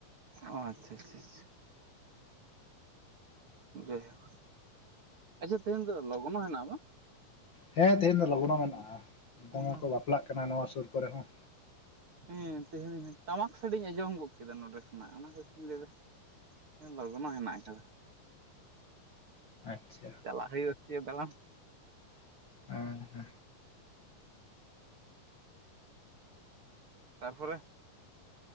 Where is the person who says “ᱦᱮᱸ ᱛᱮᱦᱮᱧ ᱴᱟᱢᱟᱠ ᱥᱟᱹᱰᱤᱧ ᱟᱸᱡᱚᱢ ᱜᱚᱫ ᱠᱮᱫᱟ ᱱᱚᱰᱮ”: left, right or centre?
Right